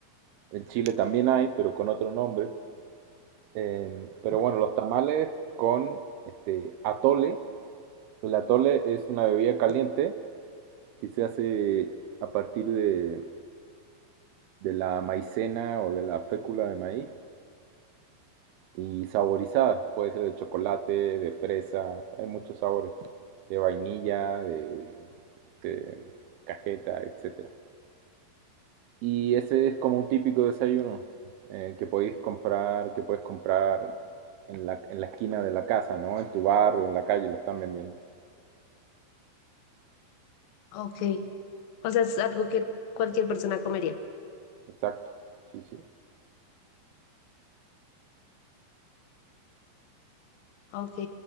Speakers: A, on the right; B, on the left.
A: En Chile también hay, pero con otro nombre. Em, pero bueno, los tamales con este atole. El atole es una bebida caliente que se hace a partir de, de la maicena o de la fécula de maíz y saborizada. Puede ser de chocolate, de fresa, hay muchos sabores. De vainilla, de, de cajeta, etcétera. Y ese es como un típico desayuno eh, que podéis comprar, que puedes comprar en la, en la esquina de la casa, ¿no? En tu barrio, en la calle, lo están vendiendo.
B: Ok. O sea, es algo que cualquier persona comería.
A: Exacto, sí, sí.
B: Ok,